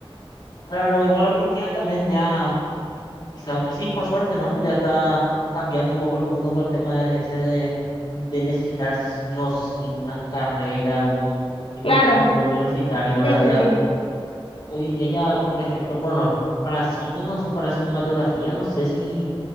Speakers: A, on the left (about 50°); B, on the left (about 75°).
A: claro, igual hoy en día también ya Quizá, pues sí, por suerte, ¿no? Ya está cambiando un poco el mundo con el tema de ese de, de necesitar sí o sí una carrera, un tipo
B: Claro,
A: el título universitario, ¿verdad?
B: sí, sí,
A: Ya,
B: sí.
A: hoy en día ya, por ejemplo, bueno, no, para cine, no, para cinematografía, no sé si,